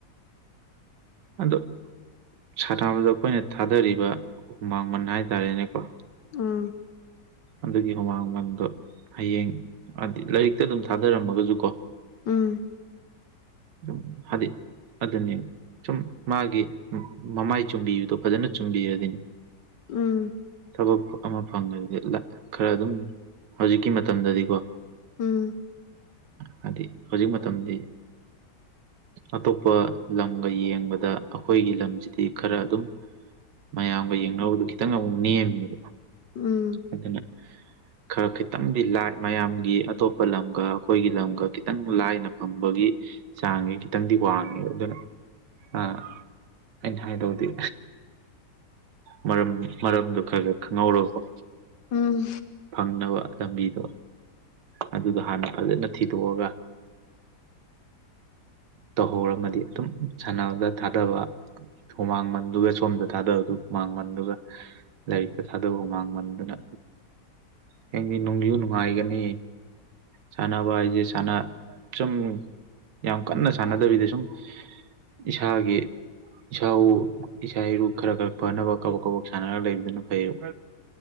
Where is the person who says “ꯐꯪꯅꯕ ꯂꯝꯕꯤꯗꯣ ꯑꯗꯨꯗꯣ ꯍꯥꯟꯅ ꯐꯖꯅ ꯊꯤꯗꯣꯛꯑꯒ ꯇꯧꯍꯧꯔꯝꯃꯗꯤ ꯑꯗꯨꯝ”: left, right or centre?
Right